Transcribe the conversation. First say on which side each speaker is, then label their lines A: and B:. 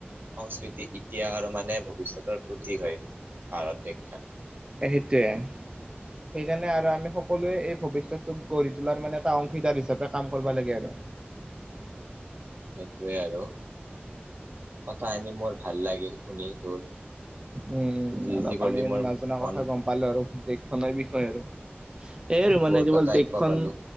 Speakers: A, on the right; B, on the right.
A: সংস্কৃতি ইতিহাস আৰু মানে ভৱিষ্যতৰ প্ৰতীক হয়। ভাৰত দেশখন
B: সেইটোয়ে সেইকাৰণে আৰু আমি সকলোৱে এই ভৱিষ্যতটোক গঢ়ি তোলাৰ মানে এটা অংশীদাৰ হিচাপে কাম কৰিব লাগে আৰু।
A: সেইটোৱে আৰু, কথা খিনি মোৰ ভাল লাগিল শুনি তোৰ।
B: উম উম
A: যি
B: অলপ
A: যি কৰিলি
B: আমি
A: মোৰ
B: নাজনা
A: মন
B: কথা গম পালো আৰু দেশখনেনৰ বি হয় আৰু এই আৰু মানে
A: বহুত
B: কেৱল
A: কথা
B: দেশখন
A: শিকবা পাৰলো